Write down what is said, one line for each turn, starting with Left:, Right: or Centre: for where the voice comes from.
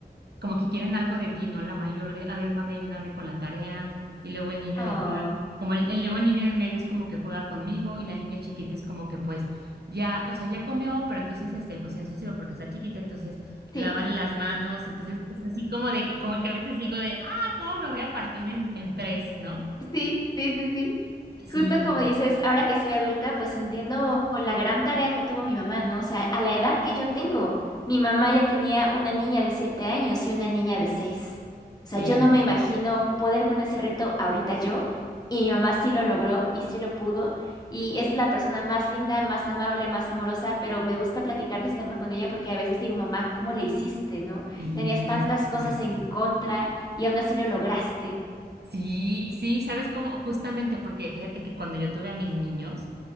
Right: como que quieren algo de ti, ¿no? La mayor de, a ver, mami, ayúdame con la tarea. Y luego el niño
Left: Oh,
Right: de, como el, el- luego el niño de medio es como que juega conmigo y la niña chiquita es como que pues ya, o sea, ya comió, pero entonces este, pues se ensució porque está chiquita, entonces lávale
Left: sí,
Right: las manos. Entonces es así como de que, como que a veces digo de, ah, ¿cómo me voy a partir en, en tres, ¿no?
Left: sí, sí, sí, sí.
Right: Sí,
Left: Justo como dices, ahora que soy adulta, pues entiendo la gran tarea que tuvo mi mamá, ¿no? O sea, a la edad que yo tengo, mi mamá ya tenía una niña de siete años y una niña de seis.
Right: sí,
Left: O sea, yo no me imagino poder con ese reto ahorita yo, y mi mamá sí lo logró y sí lo pudo, y es la persona más linda, más amable, más amorosa, pero me gusta platicar de este tema con ella porque a veces digo, mamá, ¿cómo le hiciste, no?
Right: sí,
Left: Tenías tantas
Right: exactamente.
Left: cosas en contra y aún así lo lograste.
Right: Sí, sí, ¿sabes cómo? Justamente porque fíjate que cuando yo tuve a mis niños,